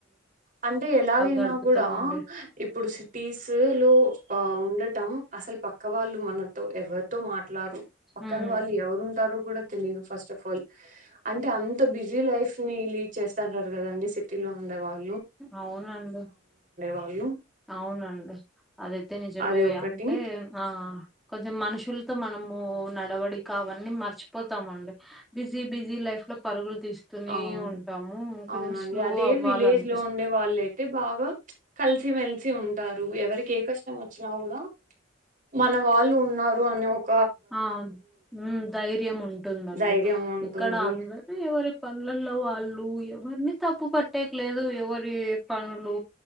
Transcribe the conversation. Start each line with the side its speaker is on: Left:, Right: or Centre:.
Right: అంటే ఎలాగైనా
Centre: గడుపుతామండి
Right: కూడా ఇప్పుడు సిటీస్ సు లు ఆ ఉండటం అసలు పక్క వాళ్ళు మనతో ఎవరితో మాట్ ట్లారు పక్కన
Centre: ఉమ్
Right: వాళ్ళు ఎవరు ఉంటారు కూడా తెలిదు ఫస్ట్ ఆఫ్ ఆల్ అంటే అంత బిజీ లైఫ్ ని లీడ్ చేస్తంటారు కదండి సిట్ టీలో ఉండేవారు
Centre: అవునండి
Right: వాళ్ళు
Centre: అవునండి అదైతే నిజమేవి
Right: అది ఒకటి
Centre: అంటే ఆ కొంచెం మనుషుల్తో మనము నడవడిక అవన్నీ మర్చిపోతామండి బిజీ బిజీ లైఫ్ లో పరుగులు ఇస్తూనే
Right: అవును
Centre: ఉంటాము కొంచెం
Right: అవునండి
Centre: స్లో
Right: అదే
Centre: అవ్వాలన్
Right: విలేజ్ లో ఉండే వాళ్ అయితే బాగా కలిప్ ల్సి మెల్సి ఉంటారు ఎవరికి ఏ కష్టం వచ్చినా కూడా మన వాళ్ళు ఉన్నారు అనే ఒక్
Centre: ఆ ఉమ్ ధైర్యం ఉంటుంది అండీ
Right: ధైర్యం ఉంటుంది
Centre: ఇక్కడ అందరి ఎవరీ పనులల్లో వాళ్ళు ఎవరిని తప్పు పట్టేకి లేదు ఎవరి పనులు